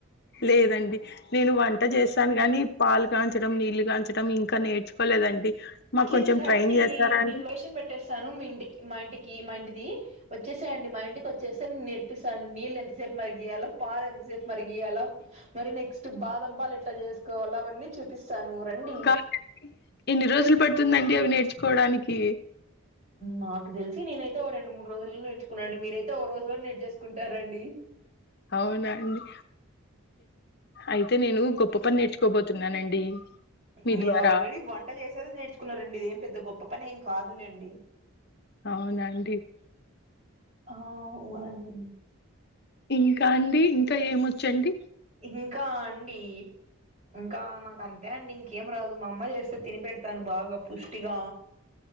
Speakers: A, on the left (about 50°); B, on the right (about 30°).
A: లేదండి నేను వంట చేస్తాను గాని పాలు కాంచడం నీళ్లు కాంచడం ఇంకా నేర్చుకోలేదండి మాకు
B: అట్లయితే
A: కొంచెం
B: రండి
A: ట్రైన్ చేస్తారా అండి
B: నేను లొకేషన్ పెట్టేస్తాను మీ ఇంటి మా ఇంటికి మా ఇంటిది వచ్చేసేయండి మా ఇంటికి వచ్చేస్తే నేర్పిస్తాండి నీళ్ళు ఎంతసేపు మరి గీయాలో పాలు ఎంతసేపు మరి గయాలో మరి నెక్స్ట్ బాదం పాలు ఎట్లా చేసుకోవాలో అవన్నీ చూపిస్తాను రండి
A: కాదండి ఎన్ని రోజులు పడుతుందండి అవిన్ని నేర్చుకోవడానికి
B: నాకు తెలిసి నేనైతేఓ రెండు మూడు రోజుల్లో నేర్చుకున్నాను మీరైతేఓ రోజులో నేర్చేకుంటారం డి
A: అవునా అండి అయితే నేను గొప్ప పని నేర్చుకోబోతున్నానండి మీ
B: మీరు
A: ద్వారా
B: ఆల్రెడీ వంట చేసేది నేర్చున్నారండి ఇదిేం పెద్ద గొప్ప పని ఎం కాదు లేండి
A: అవునా అండి
B: ఆ ఊనండి
A: ఇంకా అండి ఇంకా ఏమొచ్చండి
B: ఇంకా అండి ఇంకా నాకు అంతే అండి ఇంకేం రాదు మా అమ్మ చేస్తే తిని పెెడతాను బాగా పుష్టిగా